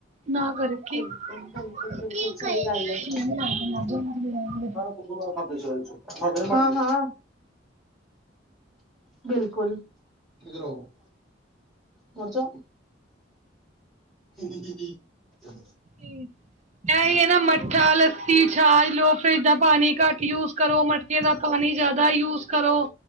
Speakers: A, on the right; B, in the centre.
A: ਨਾ ਕਰੇ। ਕੀ
B: ਬਿਲਕੁਲ
A: <unintelligible>
B: ਬਿਲਕੁਲ ਬਿਲਕੁਲ ਸਹੀ ਗੱਲ ਹੈ। <unintelligible> ਹਾਂ, ਹਾਂ ਬਿਲਕੁਲ ਇਧਰ ਆਓ ਉੱਠ ਜਾਓ। <unintelligible>
A: ਸੀ। ਐ ਹੀ ਹੈ ਨਾ ਮੱਠਾ ਲੱਸੀ ਛਾਜ ਲਓ ਫਰਿਜ ਦਾ ਪਾਣੀ ਘੱਟ ਯੂਜ ਕਰੋ। ਮਟਕੇ ਦਾ ਪਾਣੀ ਜ਼ਿਆਦਾ ਯੂਜ ਕਰੋ